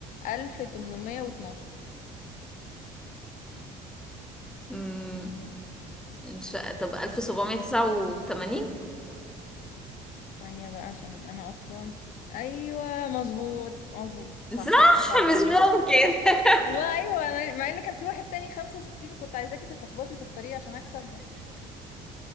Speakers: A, on the left; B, in the centre.
A: 1812
B: أمم. مش طب 1789
A: ثانية بقى عشان أنا أصلا أيوة مظبوط مظبوط صح
B: صح
A: 1989
B: مش ممكن <laughs>
A: والله أيوة أنا مع إن كان في واحد تاني 65 وكنت عايزاكي تتلخبطي وتختاريه عشان أكسب